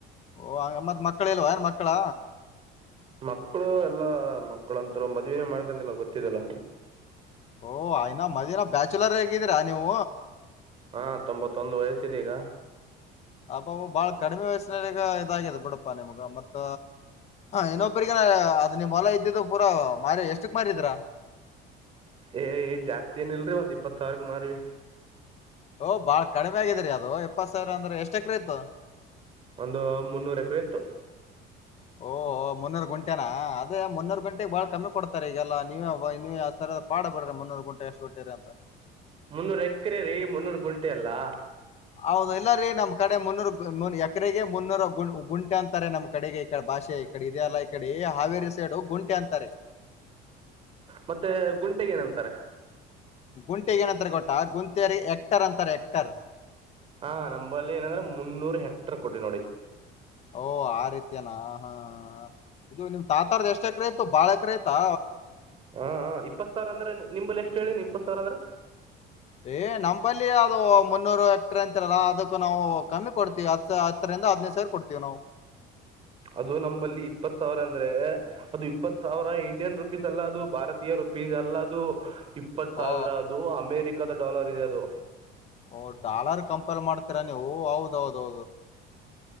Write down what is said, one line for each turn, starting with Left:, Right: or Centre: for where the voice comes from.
Left: ಓ ಅಂಗ ಮ್ಮತ್ ಮಕ್ಳ್ ಎಲ್ಲವಾ ಮಕ್ಳ್
Right: ಮಕ್ಕಳು ಎಲ್ಲಾ ಮಕ್ಕಳಂತರು ಮದುವೆನೇ ಮಾಡ್ಕೊಂಡಿಲ್ಲ ಗೊತ್ತಿದಲ್ಲ
Left: ಓಹ ಯನಾ ಮದುವೆನೇ ಬ್ಯಾಚುಲರ್ ಆಗಿದೀರಾ ನೀವು
Right: ಹಾ ತೊಂಬತ್ತೊಂದು ವಯಸ್ಸುದ್ದೆಗ
Left: ಅಬಾ ಬಾಳ ಕಡಿಮೆ ವಯಸ್ಸಿನಲ್ಲಿಗ ಇದಾಗ್ಯದ ಬಿುಡಪ್ಪ ನಿಮ್ಗ ಮತ್ತ ಇನ್ನೊಬ್ಬ್ರಗನ ಅದ್ ನಿಮ್ ಹೊಲ ಇದ್ದಿದ್ದು ಪೂರಾ ಮಾರ ಎಷ್ಟಕ್ ಮಾರಿದ್ರ
Right: ಏ ಈ ಜಾಸ್ತಿ ಏನ ಇಲ್ರಿ ಒಂದ್ ಇಪ್ಪತ್ ಸಾವಿರ ಮಾರವಿ
Left: ಓ ಬಾಳ ಕಡಿಮೆ ಆಗಿದ್ರರಿ ಅದು ಎಪ್ಪತ್ ಸಾವಿರ ಅಂದ್ರೆ ಎಷ್ಟ ಎಕ್ರೆ ಇತ್ತು
Right: ಒಂದು ಮುನ್ನೂರ ಎಕ್ಕ್ರೆ ಇತ್ತು
Left: ಓಹ ಮುನ್ನೂರು ಗುಂಟೆನ ಅದೇ ಮುನ್ನೂರು ಗುಂಟೆಗೆಗ್ ಬಾಳ್ ಕಮ್ಮಿ ಕೊಡ್ತಾರೆ ಈಗೆಲ್ಲಾ ನೀವ ನೀವ ಸರ ಪಾಡ್ ಬಿಡ್ರಿ ಮುನ್ನೂರು ಗುಂಟೆ ಎಷ್ಟು ಕೊಟ್ಟಿರಿ ಅಂತ
Right: ಮುನ್ನೂರ ಎಕರೆ ರೀ ಮುನ್ನೂರ್ ಕುಂಟೆಲ್ಲಾ
Left: ಹೌದು ಇಲ್ಲ ರೀ ನಮ್ ಕಡೆ ಮುನ್ನೂರು ಎಕರೆಗೆ ಮುನ್ನೂರ ಕು ಕುಂಟೆ ಅಂತಾರೆ ನಮ್ಮ್ ಕಡೆಗೆ ಈ ಕಡೆ ಭಾಷೆ ಈ ಕಡೆ ಇದದೆ ಅಲ್ಲಾ ಈ ಕಡೆ ಹಾವೇರಿ ಸೈಡು ಕುಂಟೆ ಅಂತಾರೆ
Right: ಮತ್ತೆ ಗುಂಟೆಗೆ ಏನಂತಾರೆ
Left: ಗುಂಟೆೆಗೆ ಏನಂತಾರೆ ಕೊಟಾ ಗುಂಟೆರಿಗೆ ಎಕ್ಟರ್ ಅಂತಾರ ಎಕ್ಟರ್
Right: ಹಾ ನಂಬಲ್ಲಿ ಏನಂದ್ರೆ ಮುನ್ನೂರು ಹೆಕ್ಟರ್ ಕೊಟ್ಟಿ ನೋಡಿ
Left: ಓ ಆ ರೀತಿಯನಾ ಹಾ ಹ ಇದು ನಿಮ್ ತಾತಾರದ ಎಷ್ಟ ಕಡೆ ಬಾಳ ಎಕ್ಕಾರೆಯಿತಾ
Right: ಹಾ ಇಪ್ಪತ್ ಸಾವಿರ ಅಂದ್ರೆ ನನಿಮ್ಮಲ್ಲಿ ಎಷ್ಟು ಕೇಳೀನಿ ಇಪ್ಪತ್ತು ಸಾವರ ಅಂದ್ರೆ
Left: ಹೇ ನಮ್ಮಲಿ ಅದು ಮುನ್ನೂರು ಎಕ್ಟ್ರ ಅಂತಿರಲ್ಲ ಅದಕ್ಕ ನಾವು ಕಮ್ಮಿ ಕೊಡ್ತೀವಿ ಹತ್ ಹತ್ತರಿಂದ ಹದ್ನೈದು ಸಾವಿರ ಕೊಡ್ತೀವಿ ನಾವು
Right: ಅದು ನಂಬಲ್ಲಿ ಇಪ್ಪತ್ ಸಾವಿರ ಅಂದ್ರೆ ಅದು ಇಪ್ಪತ್ ಸಾವಿರ ಇಂಡಿಯನ್ ರುಪೀಸ್ಲ್ಲ ಅದು ಭಾರತೀಯ ರುಪೀಸ್ಲ್ಲ ಅದು ಇಪ್ಪತ್ ಸಾವಿರ
Left: ಓ
Right: ಅದು ಅಮೆರಿಕದ ಡಾಲರ್ ಇದೆ ಅದು
Left: ಓ ಡಾಲರ್ ಕಂಪೇರ್ ಮಾಡ್ತೀರ ನೀವು ಹೌದ್ದೌದು